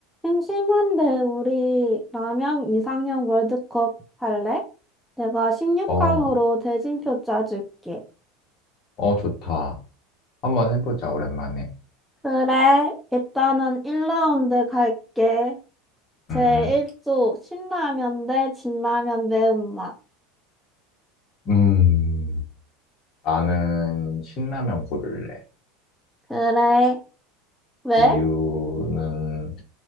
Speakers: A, in the centre; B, on the left (about 50°).
A: 심심한데 우리 남양 이상형 월드컵 할래? 내가 16강으로
B: 어,
A: 대진표 짜줄게.
B: 어, 좋다. 한번 해보자, 오랜만에.
A: 그래, 일단은 1라운드 갈게. 제1조
B: 음,
A: 신라면 대 진라면 매운맛.
B: 음, 나는 신라면 고를래.
A: 그래, 왜?
B: 이유는